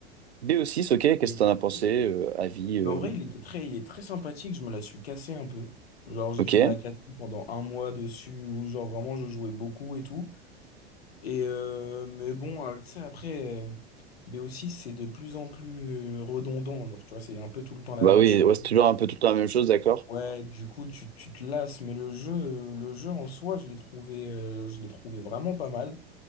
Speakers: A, on the right; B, on the left.
A: B6, ok, qu'est-ce
B: Et,
A: que t'en as pensé?
B: et-
A: euh, avis
B: ben,
A: euh,
B: en vrai, il était très, il est très sympathique, je me la suis cassée un peu. Genre, j'ai
A: Ok.
B: dû me la casser pendant un mois dessus, où genre vraiment je jouais beaucoup et tout. Et euh, mais bon, euh, tu sais, après, euh, BO6, c'est de plus en plus euh, redondant, genre, tu vois, c'est un peu tout le temps la
A: Bah
B: même
A: oui,
B: chose.
A: ouais, c'est toujours un peu tout le temps la même chose, d'accord.
B: Ouais, du coup, tu, tu te lasses, mais le jeu, euh, le jeu en soi, je l'ai trouvé, euh, je l'ai trouvé vraiment pas mal.